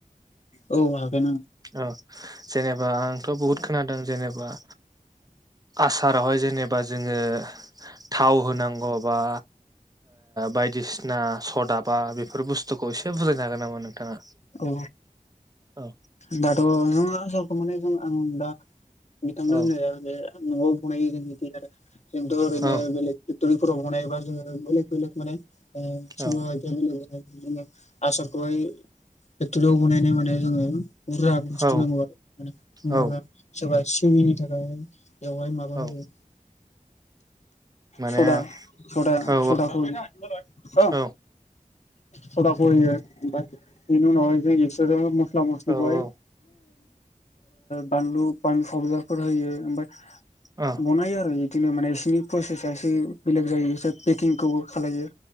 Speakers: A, on the left; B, on the right.
A: औ आ न
B: औ जेनेबा आंथ' बहुद खोनादों जेनेबा आसारावहाय जेनेबा जोङो थाव होनांगौ बा बायदिसिना सदाबा बेफोर बुस्थु बस्थखौ एसे बजायनो हाग नामा नोंथाङा
A: औ
B: औ
A: दाथ' नङो आसारखौ माने जों आं दा बिथांनो
B: औ
A: होननाया बे न'आव बनायो जों बिदि आरो जोंथ' ओरैनो
B: औ
A: बेलेग फेक्ट'रिफोराव ब बा जोङो बेलेग बेलेग मानेोङोोङ
B: औ
A: आसारखौबायाय क्ट'रियाव बनाय माने जोङो बुरा बुस्थु
B: औ
A: नांगौ आरो मा
B: औ
A: सोरबा सििनि थाखाय बेवहाय माबा
B: औ
A: होयो
B: माने
A: सदा
B: औ
A: सदा
B: औ
A: सदा फ
B: औ
A: फदखौ जनो नाय जसोर म मस्लिाय
B: औ
A: बानलु बानलु सदारफोर होयो ओमफ्राय
B: औ
A: बनायो आरो बिदिनो माने बिसिोरनि प्रसेसा एसे बेलेग जायो ए पेकिंखौ खालामलायो